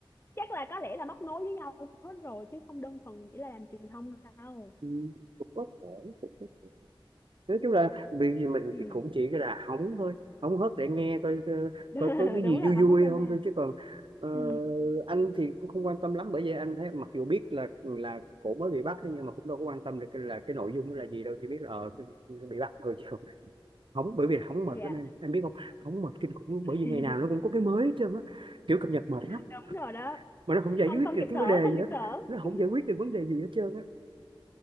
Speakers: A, on the left (about 25°); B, on the right (about 65°).
A: chắc là có lẽ là móc nối với nhau hết rồi chứ không đơn thuần chỉ là làm truyền thông đâu
B: ừ. cũng có thể cũng có thể. nói chung là việc gì mình
A: ừ.
B: thì cũng chỉ là hóng thôi hóng hớt để nghe coi coi,
A: <laughs>
B: coi có cái
A: đúng
B: gì
A: rồi
B: vui
A: không
B: vui
A: hóc drama
B: không thôi chứ còn ờ,
A: ừ.
B: anh thì cũng không quan tâm lắm bởi vì anh thấy mặc dù biết là là cổ mới bị bắt thôi nhưng mà cũng đâu có quan tâm được cái- là cái nội dung nó là gì đâu chỉ biết là ờ, bị bắt thôi chứ hóng bởi vì là hóng mệt
A: dạ
B: lắm em em biết không hóng mệt kinh khủng
A: <laughs>
B: bởi vì ngày nào nó cũng có cái mới hết trơn á kiểu cập nhật mệt lắm
A: đúng rồi đó
B: mà nó không giải
A: không
B: quyết
A: không
B: được
A: kịp
B: cái
A: thở
B: vấn đề
A: không
B: gì
A: kịp
B: hết
A: thở
B: nó
A: <laughs>
B: không giải quyết được vấn đề gì hết trơn á